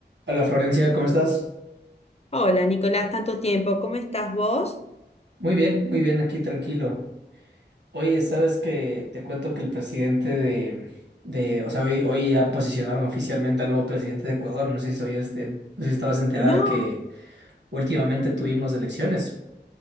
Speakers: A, on the right; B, on the left.
A: Hola Florencia, ¿cómo estás?
B: Hola, Nicolás, tanto tiempo. ¿Cómo estás vos?
A: Muy bien, muy bien, aquí tranquilo. Oye, sabes que te cuento que el presidente de, de, o sea, hoy, hoy ya posicionaron oficialmente al nuevo presidente de Ecuador. No sé si soy este, no sé si estabas enterada
B: No,
A: que últimamente
B: ujú,
A: tuvimos elecciones.